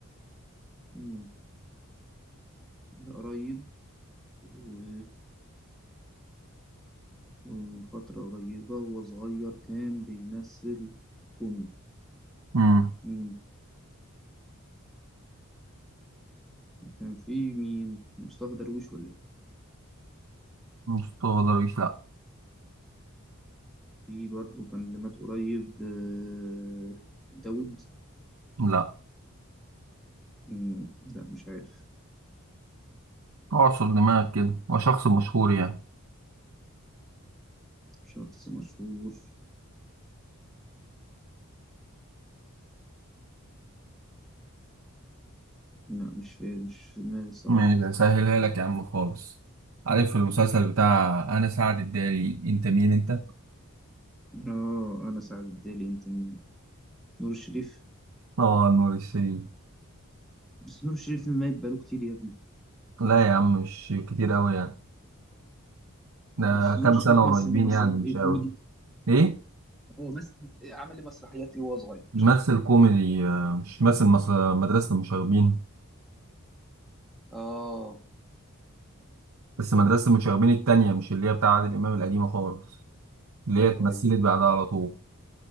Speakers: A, in the centre; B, on the right.
A: مم، ده قريب و... ومن فترة قريبة وهو صغير كان بيمثل كوميدي
B: مم.
A: مم، كان في مين مصطفى درويش ولا إيه؟
B: مصطفى درويش لأ
A: في برضه كان اللي مات قريب آه، داوود
B: لا
A: مم، لا مش عارف
B: اعصر دماغك كده هو شخص مشهور يعني
A: شخص مشهور لا مش في مش في دماغي الصراحة
B: ماشي هسهلها لك يا عم خالص عارف المسلسل بتاع أنا سعد الدالي أنت مين أنت؟
A: اه انا سعد الدالي انت مين نور الشريف
B: اه نور الشريف
A: بس نور الشريف ميت بقاله كتير يا ابني
B: لا يا عم مش كتير قوي يعني ده
A: بس نور
B: كام
A: الشريف
B: سنة
A: مثل
B: قريبين
A: ممثلات
B: يعني مش
A: ايه
B: قوي
A: كوميدي
B: ايه
A: هو مثل إيه، عمل لي مسرحيات ايه وهو صغير
B: ممثل كوميدي آه، مش ممثل مس- مدرسة المشاغبين
A: اه
B: بس مدرسة المشاغبين التانية مش اللي هي بتاع عادل إمام القديمة خالص اللي
A: ايوه
B: هي اتمثلت
A: ايوه
B: بعدها على طول